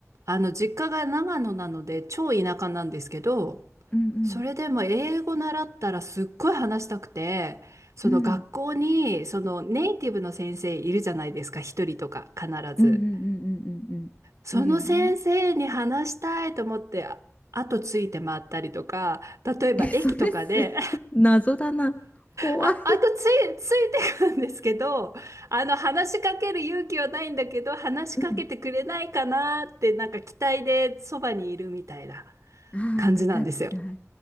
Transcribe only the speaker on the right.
あの、実家が長野なので、超田舎なんですけど、
それでも英語習ったらすっごい話したくて、その学校に、
そのネイティブの先生いるじゃないですか、一人とか必ず。
その先生に話したいと思って、あ後ついて回ったりとか、例えば駅とかで
あ、あとつい、ついてくるんですけど、あの、話しかける勇気はないんだけど、話しかけてくれないかなって、
なんか期待でそばにいるみたいな
感じなんですよ。